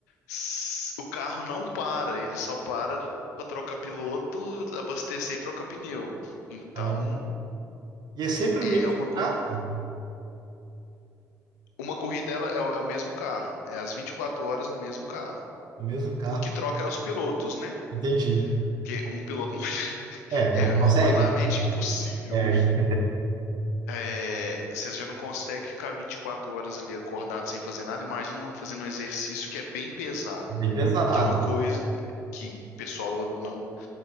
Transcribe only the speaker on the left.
S- O carro não para, ele só para para trocar piloto, abastecer e trocar pneu. Então,
é
uma corrida.
Uma corrida ela é, o- é o mesmo carro, é as 24 horas no mesmo carro.
O que troca é os pilotos, né?
Porque um piloto não
é
humanamente impossível.
É, você já não consegue ficar 24 horas ali acordado sem fazer nada. Imagina um fazendo um exercício que é bem pesado,
né?
Que é uma coisa que o pessoal não,